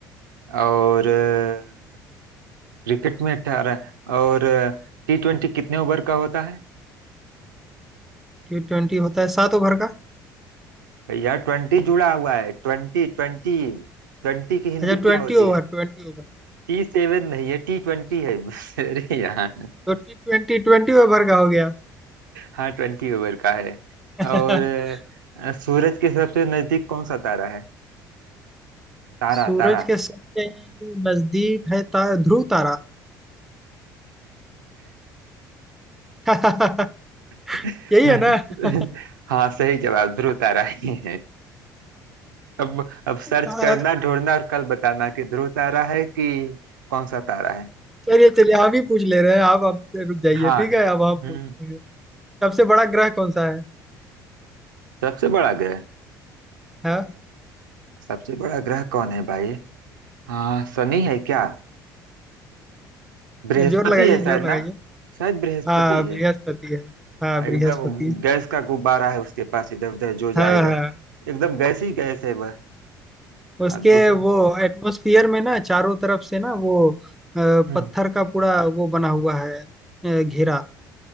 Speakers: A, on the right; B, in the centre.
A: और अ, क्रिकेट में अठारह और टी ट्वेंटी कितने ओवर का होता है
B: टी ट्वेंटी होता है सात ओवर का
A: भैया ट्वेंटी जुड़ा हुआ है ट्वेंटी ट्वेंटी ट्वेंटी की हिंदी
B: अच्छा ट्वेंटी
A: क्या होती
B: ओवर
A: है
B: ट्वेंटी ओवर
A: टी सेवन नहीं है टी ट्वेंटी है <laughs> अरे यार
B: तो टी ट्वेंटी ट्वेंटी ओवर का हो गया
A: हाँ ट्वेंटी ओवर का है
B: <laughs>
A: और अ, सूरज के सबसे नजदीक कौन सा तारा है तारा
B: सूरज
A: तारा
B: के सबसे नजदीक है तारा ध्रुव तारा <laughs>
A: <laughs>
B: यही है ना <laughs>
A: हाँ सही जवाब ध्रुव तारा ही है अब अब सर्च
B: हाँ,
A: करना ढूंढना और कल बताना कि ध्रुव तारा है कि कौन सा तारा है
B: चलिए चलिए आप ही पूछ ले रहे हैं आप आप रुक जाइए
A: हाँ
B: ठीक है अब हम पूछते
A: हम्म
B: हैं सबसे बड़ा ग्रह कौन सा है
A: सबसे बड़ा ग्रह
B: हाँ
A: सबसे बड़ा ग्रह कौन है भाई हाँ शनि है क्या बृहस्पति
B: जोर लगाइए
A: है शायद
B: जोर लगाइए
A: ना शायद बृहस्पति
B: हाँ
A: है
B: बृहस्पति है हाँ
A: एकदम
B: बृहस्पति
A: गैस का गुब्बारा है उसके पास इधर उधर जो
B: हाँ
A: जाएगा
B: हाँ
A: एकदम गैस ही गैस है वह
B: उसके
A: हाँ दूसरा
B: वो एटमॉस्फेयर में ना चारों तरफ से ना वो अ,
A: हम्म
B: पत्थर का पूरा वो बना हुआ है अ, घेरा